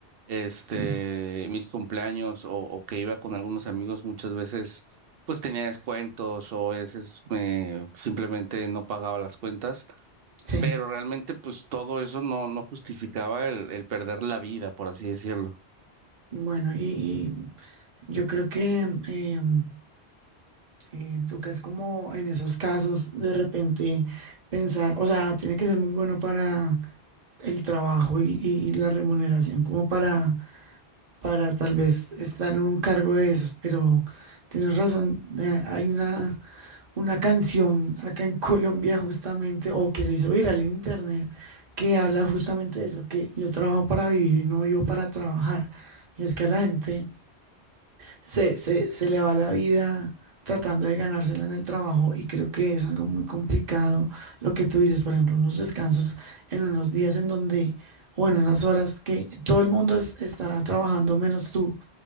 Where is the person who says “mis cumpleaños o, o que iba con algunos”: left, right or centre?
Right